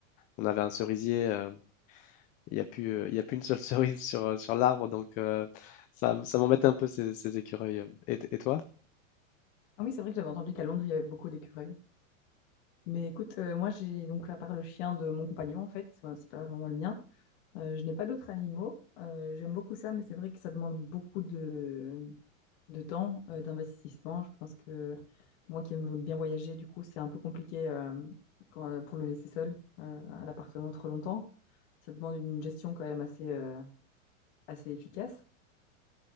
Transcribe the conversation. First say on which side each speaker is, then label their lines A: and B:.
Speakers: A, on the left; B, on the left.
A: on avait un cerisier, euh, il n'y a plus, euh, il y a plus une seule <laughs> cerise sur, sur l'arbre, donc euh, ça, ça m'embête un peu ces, ces écureuils. Et, et toi?
B: Ah oui, c'est vrai que j'avais entendu qu'à Londres il y avait beaucoup d'écureuils. Mais écoute, euh, moi j'ai donc à part le chien de mon compagnon en fait, euh, c'est pas vraiment le mien. Euh, je n'ai pas d'autres animaux. Euh, j'aime beaucoup ça, mais c'est vrai que ça demande beaucoup de, de temps, euh, d'investissement. Je pense que moi qui aime bien voyager, du coup, c'est un peu compliqué euh, quand- euh, pour le laisser seul euh, à l'appartement trop longtemps. Ça demande une gestion quand même assez, euh, assez efficace.